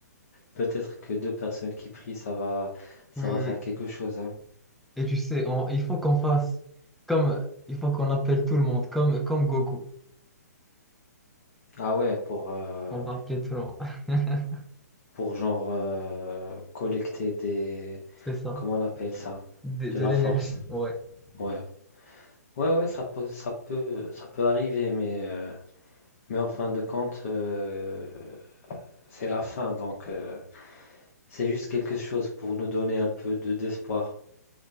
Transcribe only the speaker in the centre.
Oui,
oui.
Et tu sais, on- il faut qu'on fasse comme, il faut qu'on appelle tout le monde, comme, comme Goku.
On va appeler tout le monde. <laughs>
C'est ça.
De,
de
l'énergie.
Ouais,